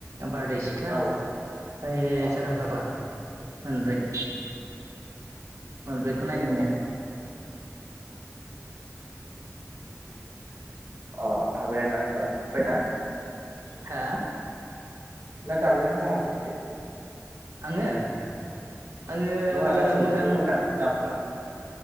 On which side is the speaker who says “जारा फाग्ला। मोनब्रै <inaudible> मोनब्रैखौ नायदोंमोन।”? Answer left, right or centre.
Right